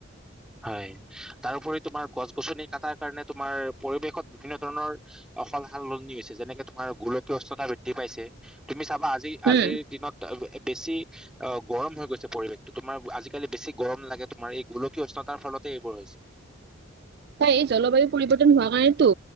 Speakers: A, in the centre; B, on the right.
A: হয়', তাৰোপৰি তোমাৰ গছ গছনি কটাৰ কাৰণে তোমাৰ পৰিৱেশত বিভিন্ন ধৰণৰ অ', সল সালনি হৈছে যেনেকে তোমাৰ গোলকীয়স্ততা বৃদ্ধি পাইছে, তুমি চাবা আজি- আজিৰ
B: উম
A: দিনত বেছি অ' গৰম হৈ গৈছে পৰিৱেশটো তোমাৰ, আজিকালি বেছি গৰম লাগে তোমাৰ এই গোলক উষ্ণতাৰ ফলতে এইবোৰ হৈছে।
B: তাই জলবায়ু পৰিৱৰ্তন হোৱা কাৰণেতো,